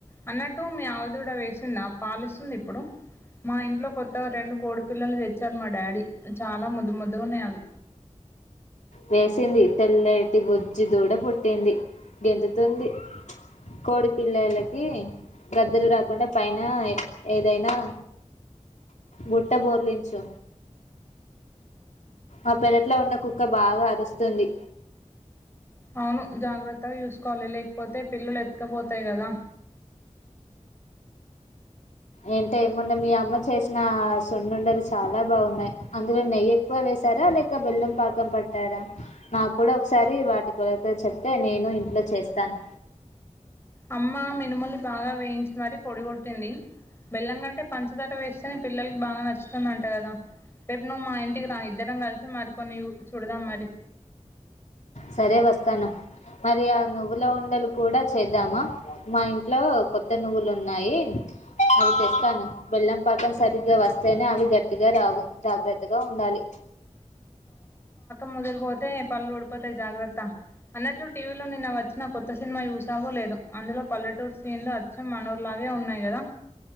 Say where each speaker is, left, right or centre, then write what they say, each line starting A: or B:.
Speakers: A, on the left (about 20°); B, on the left (about 70°).
A: అన్నట్టు మీ ఆవిధడ వేసింది ఆ పాలిస్తుంది ఇప్పుడు మా ఇంట్లో కొత్తగా రెండు కోడి పిల్లలు తెచ్చారు మా డాడీ చాలా ముద్దు ముద్దుగా ఉన్నాయి అవి
B: వేసింది తెల్లటి బొజ్జి దూడ పుట్టింది గెంందుతుంది కోడి పిల్లలకి గద్దలు రాకుండా పైన ఏదైనా గుట్ట బోర్లించు ఆ పెరట్లో ఉన్న ఒక్క బాగా అరుస్తుంది
A: అవును జాగ్రత్తగా చూసుకోవాలి లేకపోతే పిల్లలు ఎత్తుకపోతాయి కదా
B: ఏంటే ఏమున్నా మీ అమ్మ చేసిన సొడుండవి చాలా బాగున్నాయి అందులో నెయ్యి ఎక్కువ వేసారా లేక బెల్లం పాకం పట్టారా నాకు కూడా ఒకసారి వాటి తే చెప్తే నేను ఇంట్లో చేస్తాను
A: అమ్మా మనుమొళలి బాగా వయించ మర పొడిగొట్టింది బెల్లం కంటే పంచతర వేస్తేనే పిల్లలకి బాగా నచ్చుతుంది అంట కదా రేపు నువ్వు మా ఇ ఇకి రా ఇద్దరం కలిసి మరికొన్ని చూడదాం మరి
B: సరే వస్తాను మరి ఆ నువ్వులో ఉండలు కూడా చేద్దామా మా ఇంట్లో కొత్త నువ్వులు ఉన్నాయి అవి తెస్తాను బెల్లం పాకం సరిగ్గా వస్తేనే అవి గ టిగా రావు జాగ్రత్తగా ఉండాలి
A: ముొదరిపోతే పల్లడు పోతాయి జాగ్రత్త అన్నట్లు టీవీలో నిన్న వచ్చిన కొత్త సినిమా చయూసావో లేదు అందులో పల్లెటూరు సీన్లు అచ్చం మనోర్లాగే ఉన్నాయి కదా